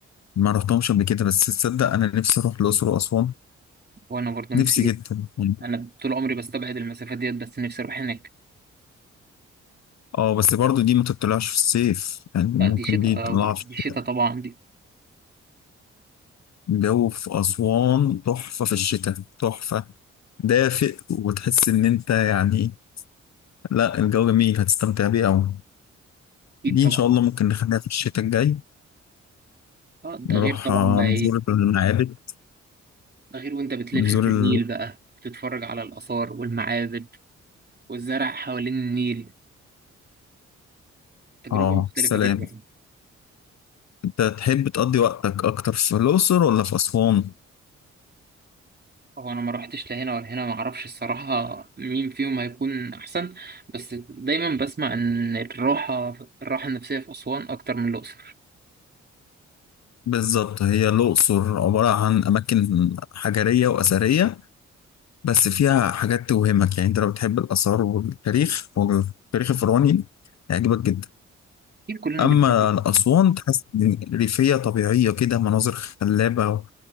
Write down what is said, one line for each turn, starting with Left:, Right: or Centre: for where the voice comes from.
Left: ما رحتهمش قبل كده بس تصدق انا نفسي اروح الاقصر واسوان
Right: وأنا برضو نفسي
Left: نفسي
Right: جدا
Left: جدا يعني.
Right: أنا طول عمري بستبعد المسافات ديت بس نفسي أروح هناك
Left: اه بس برضو دي ما تطلعش في الصيف يعني
Right: لا
Left: ممكن
Right: دي شتاء
Left: دي تطلع
Right: دي
Left: في الشتاء
Right: شتاء طبعا دي
Left: الجو في اسوان تحفة في الشتاء تحفة دافئ وتحس ان انت يعني لا الجو جميل هتستمتع بيه أوي
Right: أكيد
Left: دي
Right: طبعا
Left: إن شاء الله ممكن نخليها في الشتاء الجاي
Right: اه ده
Left: نروح
Right: غير طبعا
Left: آه،
Right: بقى
Left: نزور
Right: ايه
Left: المعابد
Right: ده غير وانت بتلف
Left: نزور
Right: في النيل
Left: ال...
Right: بقى بتتفرج على الآثار والمعابد والزرع حوالين النيل تجربة
Left: آه
Right: مختلفة
Left: السلام
Right: جدا
Left: أنت تحب تقضي وقتك أكتر في الأقصر ولا في أسوان؟
Right: هو انا ما روحتش لا هنا ولا هنا ما اعرفش الصراحة مين فيهم هيكون احسن بس دايما بسمع ان الراحة الراحة النفسية في أسوان اكتر من الأقصر
Left: بالظبط هي الأقصر عبارة عن أماكن حجرية وأثرية بس فيها حاجات توهمك يعني أنت لو بتحب الآثار والتاريخ والتاريخ الفرعوني هيعجبك جدا
Right: اكيد كلنا
Left: أما
Right: بنحب
Left: الأسوان تحس إن ريفية طبيعية كده مناظر خلابة